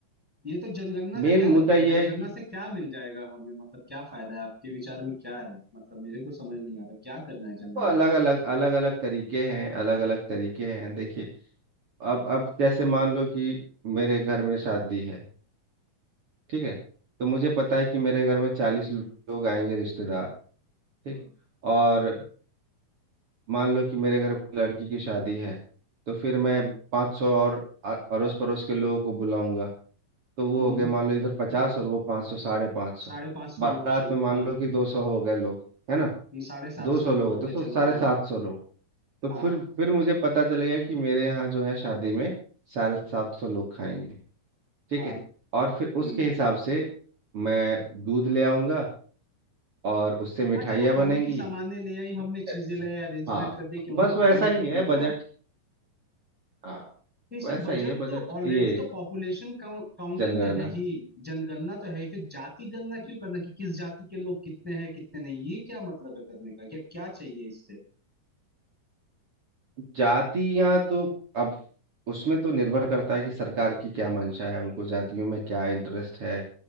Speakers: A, in the centre; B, on the right (about 45°).
A: ये तो जनगणना
B: मेन
A: का क्या
B: मुद्दा
A: लगता
B: यह
A: है जनगणना
B: है कि
A: से क्या मिल जाएगा हमें मतलब क्या फायदा है आपके विचार में क्या है मतलब मेरे को समझ नहीं आ रहा क्या करना है जनगणना
B: वो अलग
A: से हम्म,
B: अलग अलग अलग तरीके हैं अलग अलग तरीके हैं देखिए अब अब जैसे मान लो कि मेरे घर में शादी है ठीक है तो मुझे पता है कि मेरे घर में चालीस लोग आएंगे रिश्तेदार ठीक
A: हम्म।
B: और मान लो कि मेरे घर में लड़की की शादी है तो फिर मैं
A: हम्म
B: पाँच सौ और आ- अड़ोस पड़ोस के लोगों को बुलाऊंगा तो वो
A: हम्म
B: हो गए मान लो इधर पचास और वो पाँच सौ साढ़े पाँच सौ
A: साढ़े पांच सौ
B: बारात
A: लोग चलो
B: में मान
A: हाँ
B: लो कि दो सौ हो गए लोग है ना
A: साढ़े सात
B: दो सौ
A: सौ लोग
B: लोग
A: हो गए
B: तो सो
A: चलो
B: साढ़े
A: मान
B: सात
A: लो
B: सौ लोग तो
A: हाँ
B: फिर फिर मुझे पता चल गया कि मेरे यहाँ जो है शादी में साढ़े सात सौ लोग खाएंगे ठीक
A: हाँ
B: है और फिर
A: हम्म
B: उसके हिसाब से मैं दूध ले आऊंगा और उससे मिठाइयाँ
A: हाँ चलो खाने
B: बनेंगी
A: की सामान्य ले आई हमने
B: अच्छा,
A: चीजें ले आई अरेंजमेंट
B: हाँ
A: कर दी कि उनको
B: बस वैसा
A: खाने में
B: ही
A: तकलीफ
B: है
A: ना
B: बजट
A: हो
B: हाँ
A: तो इससे
B: वैसा
A: बजट
B: ही है बजट
A: तो ऑलरेडी
B: ये
A: तो पॉपुलेशन काउंटिंग
B: जनगणना
A: तो है ही जनगणना तो है ही फिर जाति गणना क्यों करना कि किस जाति के लोग कितने हैं कितने नहीं ये क्या मतलब है करने का क्या क्या चाहिए इससे
B: जातियां तो अब उसमें तो निर्भर करता है कि सरकार की क्या मंशा है उनको जातियों में क्या इंटरेस्ट है